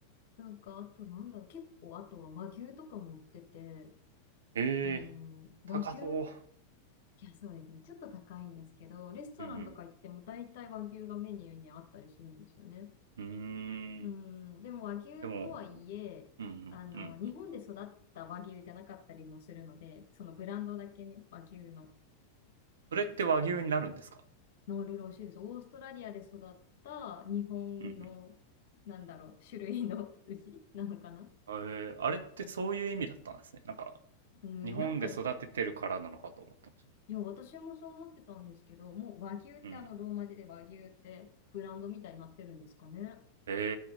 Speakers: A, on the left (about 50°); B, on the right (about 65°).
A: なんか、あとなんだろう。結構、あとは和牛とかも売ってて、
B: リア。ええ、
A: あのー、和牛、
B: 高そう。
A: いや、そうですね。ちょっと高いんですけど、レストランとか行っても大体和牛がメニューにあったりするんですよね。
B: うんうん。うーん。
A: うん、でも和牛とはいえ、
B: でも、うんうんうんうん。
A: あの、日本で育った和牛じゃなかったりもするので、そのブランドだけね、和牛の、
B: それって和牛になるんですか？
A: あの、ノールローシーです。オーストラリアで育った日本の、
B: うん
A: なんだろう、種類の <laughs> 牛なのかな
B: うん。ええ、あれってそういう意味だったんですね。なんか、
A: うん、
B: 日本で育ててるからなのかと思ってました。
A: なんか、いや、私もそう思ってたんですけど、もう和牛ってあの、
B: うん。
A: ローマ字で和牛ってブランドみたいになってるんですかね。
B: へ